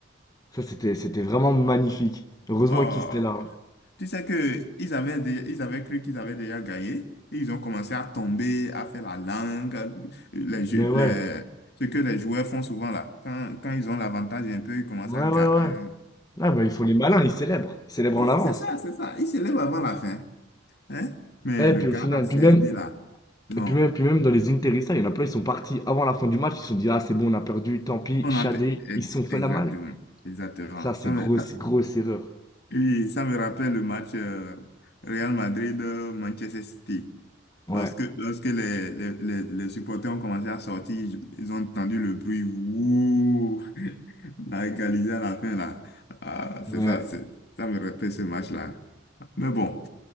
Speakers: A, on the left; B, on the left.
A: ça c'était c'était vraiment magnifique. Heureusement
B: Oh,
A: qu'ils étaient là. hein.
B: tu sais que ils avaient, dé- ils avaient cru qu'ils avaient déjà gagné. et Ils ont commencé à tomber, à faire la langue, les, jeux-
A: Mais ouais.
B: les- ce que les joueurs font souvent là. Quand, quand ils ont l'avantage un peu, ils commencent
A: Ouais,
B: à gagner.
A: ouais, ouais. Ah bah ils font les malins, ils célèbrent. Ils célèbrent
B: oui,
A: en avance.
B: c'est ça, c'est ça. Ils se lèvent avant la fin. Hein? Mais
A: Et
B: le
A: puis
B: gars
A: au final,
B: a servi
A: puis même,
B: là. Non.
A: et puis même, puis même dans les Interista, il y en a plein, ils sont partis avant la fin du match, ils se sont dit, ah c'est bon, on a perdu, tant pis,
B: On
A: Shadé,
B: a... pe-
A: ils se sont fait
B: Exactement.
A: la malle.
B: Exactement.
A: Ça, c'est
B: Ça, me-
A: grosse,
B: ça-
A: grosse erreur.
B: Oui, ça me rappelle le match euh, Real Madrid-Manchester City.
A: Ouais,
B: Lorsque, lorsque les, les, les, les supporters ont commencé à sortir, ils ils ont entendu le bruit. Ouh, <laughs> on a égalisé à la fin là. Ah, c'est
A: ouais.
B: ça, c'est, ça me rappelle ce match-là. Mais bon,